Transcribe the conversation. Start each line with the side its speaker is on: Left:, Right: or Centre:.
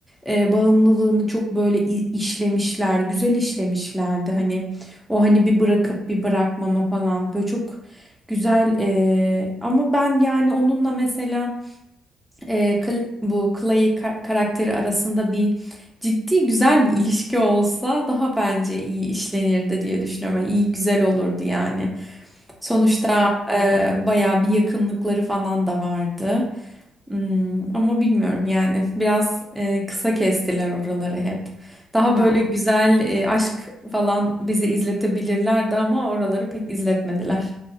Centre: e, bağımlılığını çok böyle i- işlemişler, güzel işlemişlerdi. Hani
Left: Hmm,
Centre: o hani bir bırakıp bir bırakmama falan böyle çok güzel e, ama ben yani onunla mesela e, Cl- bu Clay ka- karakteri arasında bir ciddi güzel bir ilişki olsa daha bence iyi işlenirdi diye düşünüyorum. Yani iyi güzel olurdu yani. Sonuçta
Left: Kesinlikle.
Centre: e, bayağı bir yakınlıkları falan da vardı. Hmm, ama bilmiyorum yani biraz e, kısa kestiler oraları hep. Daha
Left: Ya
Centre: böyle güzel e, aşk falan bize izletebilirlerdi ama oraları pek izletmediler.